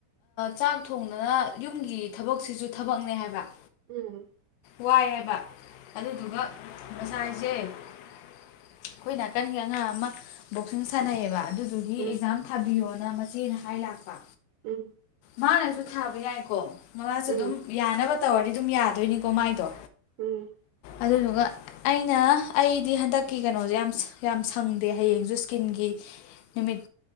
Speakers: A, on the left; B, on the right.
A: ꯆꯥꯛ ꯊꯣꯡꯗꯅ ꯌꯨꯝꯒꯤ ꯊꯕꯛꯁꯤꯁꯨ ꯊꯕꯛꯅꯦ ꯍꯥꯏꯕ
B: ꯎꯝ
A: ꯋꯥꯏ ꯍꯥꯏꯕ ꯑꯗꯨꯗꯨꯒ ꯃꯁꯥꯏꯁꯦ ꯑꯩꯈꯣꯏ ꯅꯥꯀꯟꯒꯤ ꯑꯉꯥꯡ ꯑꯃ ꯕꯣꯛꯁꯤꯡ ꯁꯥꯟꯅꯩꯑꯕ ꯑꯗꯨꯗꯨꯒꯤ
B: ꯎꯝ
A: ꯑꯦꯛꯖꯥꯝ ꯊꯥꯕꯤꯌꯣꯅ ꯃꯆꯦꯅ ꯍꯥꯏ ꯂꯥꯛꯄ
B: ꯎꯝ
A: ꯃꯥꯅꯁꯨ ꯊꯥꯕ ꯌꯥꯏꯀꯣ ꯃꯁꯨ
B: ꯎꯝ
A: ꯑꯗꯨꯝ ꯌꯥꯅꯕ ꯇꯧꯔꯗꯤ ꯑꯗꯨꯝ ꯌꯥꯗꯣꯏꯅꯤꯀꯣ ꯃꯥꯏꯗꯣ
B: ꯎꯝ
A: ꯑꯗꯨꯗꯨꯒ ꯑꯩꯅ ꯑꯩꯗꯤ ꯍꯟꯗꯛꯀꯤ ꯀꯩꯅꯣꯁꯦ ꯌꯥꯝ ꯆꯤꯟ ꯌꯥꯝ ꯁꯪꯗꯦ ꯍꯌꯦꯡꯁꯨ ꯁ꯭ꯀꯤꯟꯒꯤ ꯅꯨꯃꯤꯠ